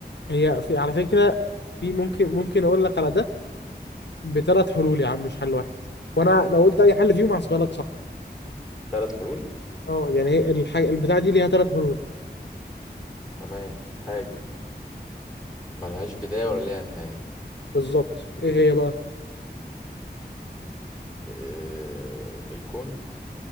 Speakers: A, on the left (about 85°); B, in the centre.
A: هي هي في على فكرة في ممكن ممكن اقول لك على ده بثلاث حلول يا عم مش حل واحد وانا لو قلت اي حل فيهم هحسبها لك صح
B: ثلاث حلول
A: اه يعني هي الحاجة البتاعة دي ليها ثلاث حلول
B: تمام حاجه ملهاش بدايه ولا ليها نهايه
A: بالظبط ايه هي بقى
B: أه... الكون